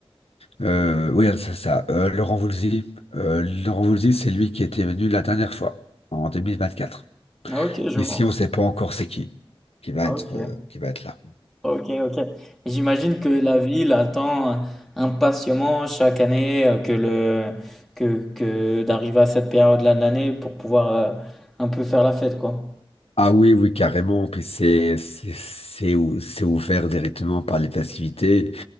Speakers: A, on the left (about 75°); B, in the centre.
A: Euh, oui, c'est ça. Euh, Laurent Voulzy. Euh, Laurent Voulzy, c'est lui qui était venu la dernière fois, en 2024.
B: Ah, Ok, je
A: Ici,
B: vois.
A: on ne sait pas encore c'est qui qui va
B: Ah,
A: être,
B: Ok,
A: euh, qui va être là.
B: ok, ok. J'imagine que la ville attend impatiemment chaque année euh, que le que, que d'arriver à cette période-là de l'année pour pouvoir euh, un peu faire la fête, quoi.
A: Ah oui, oui, carrément. Puis c'est c'est c'est ou- c'est ouvert directement par les festivités,